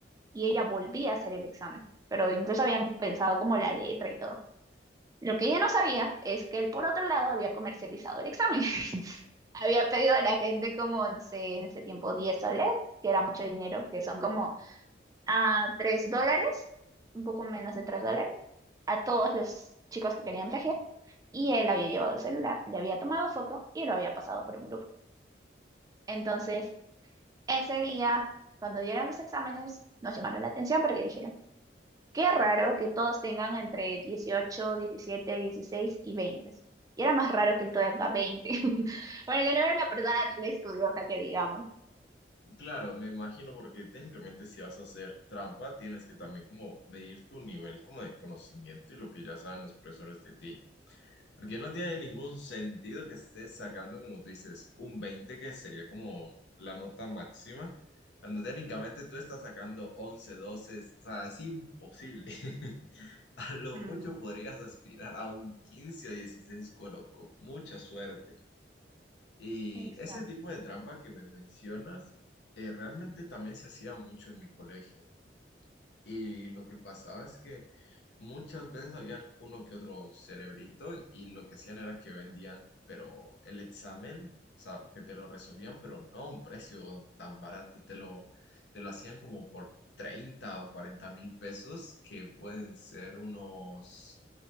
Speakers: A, on the right; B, on the left.
A: y ella volvía a hacer el examen. Pero incluso habían pensado como la letra y todo. Lo que ella no sabía es que él, por otro lado, había comercializado el examen. <laughs> Había pedido a la gente como, no sé, en ese tiempo 10 soles, que era mucho dinero, que son como a 3 dólares, un poco menos de 3 dólares, a todos los chicos que querían plagiar. Y él había llevado el celular, le había tomado foto y lo había pasado por un grupo. Entonces, ese día, cuando dieron los exámenes, nos llamaron la atención porque dijeron, Qué raro que todos tengan entre 18, 17, 16 y veinte Y era más raro que él todavía tenga 20. <laughs> Porque no era una persona tan estudiosa que digamos.
B: Claro, me imagino porque técnicamente si vas a hacer trampa, tienes que también como medir tu nivel como de conocimiento y lo que ya saben los profesores de ti. Porque no tiene ningún sentido que estés sacando, como tú dices, un 20, que sería como la nota máxima, cuando técnicamente tú estás sacando 11, 12, o sea, es imposible. <laughs> A lo
A: Mm,
B: mucho podrías aspirar a un 15 o 16 coro con mucha suerte. Y
A: exacto.
B: ese tipo de trampa que me mencionas, eh, realmente también se hacía mucho en mi colegio. Y lo que pasaba es que muchas veces habían uno que otro cerebrito y lo que hacían era que vendían, pero el examen, o sea, que te lo resolvían, pero no a un precio tan barato, te lo, te lo hacían como por 30 o 40 mil pesos, que pueden ser unos